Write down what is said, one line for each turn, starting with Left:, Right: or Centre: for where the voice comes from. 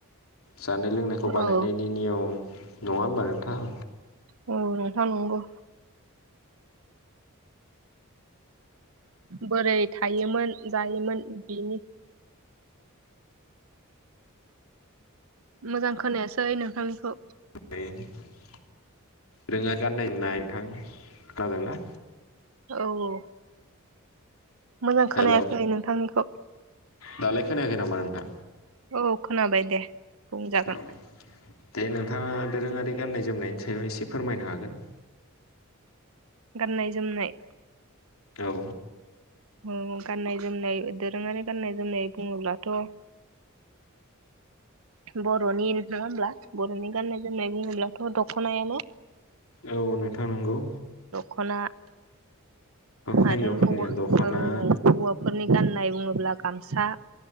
Left: जानाय लोंनायखौ बानायनायनि
Right: औ
Left: नियम नङा होमबा नोंथां।
Right: औ नोंथां नोंगौ। बोरै थायोमोन जायोमोन बिनि मोजां खोनायासै नोंथांनिखौ
Left: <unintelligible> रोङा गाननाय नाय थां जादोंना?
Right: औ औ मोजां खोनायाखैै
Left: हेल'
Right: नोंथांनिखौ।
Left: दालाय खोनायाखै नामा नोंथां
Right: अ खोनाबाय दे। बुंजागोन।
Left: औ दे नोंथाङा दोरोङारि गाननाय जोमनायनि सायाव एसे फोरमायनो हागोन।
Right: गाननाय जोमनाय।
Left: औ
Right: ओम गाननाय जोमनाय दोरोङारि गाननाय जोमनाय बुङोब्लाथ' बर'नि नङा होमब्ला बर'नि गान्नाय जोमनाय बुङोब्लाथ' दख'नायानो।
Left: औ नोंथां नंगौ।
Right: खना
Left: हिनजावफोरनि
Right: आरो हौवा
Left: दख'ना
Right: औ हौवाफोरनि गाननाय बुङोब्ला गामसा।